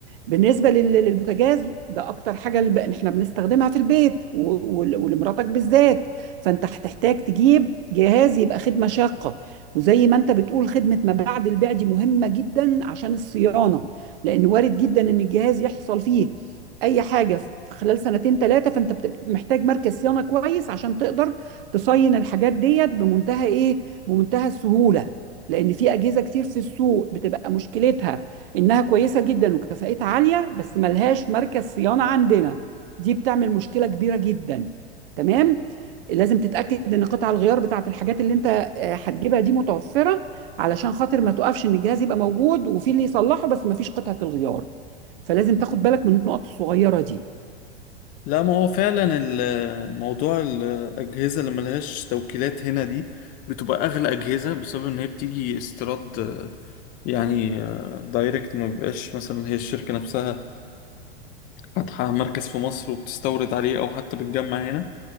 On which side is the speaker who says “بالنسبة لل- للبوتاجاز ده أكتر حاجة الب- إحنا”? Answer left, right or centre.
Right